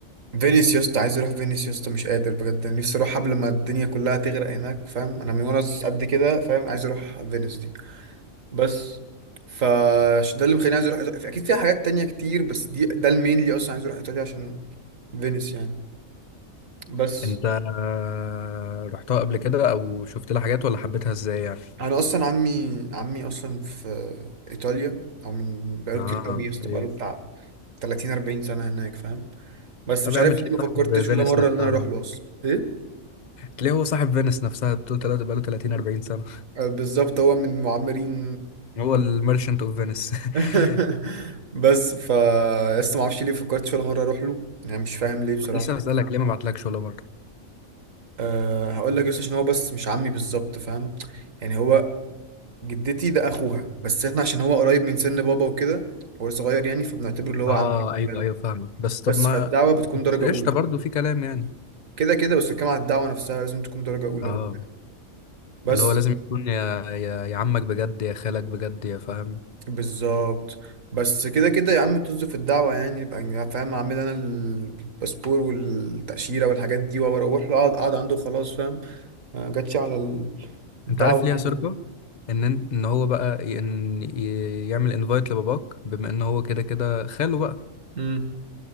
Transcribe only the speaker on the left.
انت آه، رحتها قبل كده او شفت لها حاجات ولا حبيتها ازاي يعني
اه
اوكي
طب
يا
عم
تلاقيه
صاحب فينيس
نفسها
تلاقيه هو صاحب فينيس نفسها بتقول تلاتة بقاله 30 40 سنة
هو الميرشنت اوف فينيس
<laughs>
طب لسه بسألك ليه ما بعتلكش ولا مرة
اه
ايوه ايوه فاهمك بس طب
ما
بس
قشطة برضه في كلام يعني
اه
اللي هو لازم يكون يا يا, يا عمك بجد يا خالك بجد يا فاهم
انت عارف ليها
صرفة
ان ان إن هو بقى ي- ان ي- يعمل انفايت لباباك بما ان هو كده كده خاله بقى